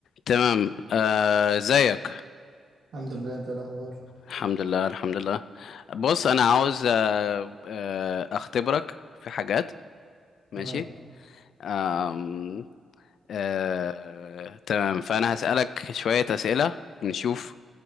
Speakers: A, on the left; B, on the right.
A: تمام آه، ازيك
B: الحمد لله انت إيه الاخبار
A: الحمد لله الحمد لله بص انا عاوز آه، آه، اختبرك في حاجات ماشي
B: تمام
A: آم، آه، تمام فانا هسألك شوية أسئلة نشوف